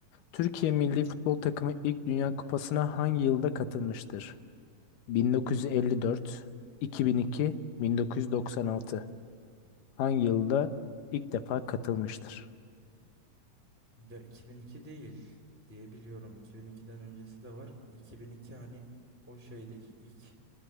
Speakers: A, on the left; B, in the centre.
A: Türkiye milli futbol takımı ilk Dünya Kupası'na hangi yılda katılmıştır? 1954, 2002, 1996. Hangi yılda ilk defa katılmıştır?
B: Ya 2002 değil diye biliyorum. 2002'den öncesi de var. 2002 hani o şeydeki ilk